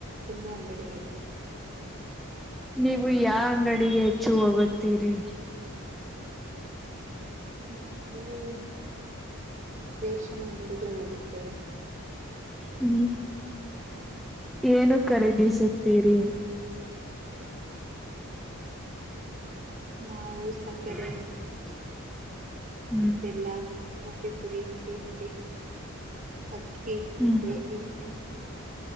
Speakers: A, on the right (about 35°); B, in the centre.
A: ತುಂಬಾ ಅಂಗಡಿಗಳಿದೆ.
B: ನೀವು ಯಾವ ಅಂಗಡಿಗೆ ಹೆಚ್ಚು ಹೋಗುತ್ತೀರಿ.
A: ನಾವು ರೇಷನ್ ಅಂಗಡಿಗೆ ಹೋಗುತ್ತೇವೆ.
B: ಹ್ಮ್ ಏನು ಖರೀದಿಸುತ್ತೀರಿ.
A: ನಾವು
B: <inaudible>
A: ಸಕ್ಕರೆ
B: ಹ್ಮ್
A: ಬೆಲ್ಲ ಕಾಫಿ ಪುಡಿ ಟೀ ಪುಡಿ. ಅಕ್ಕಿ
B: ಹ್ಮ್
A: ಗೋಧಿ.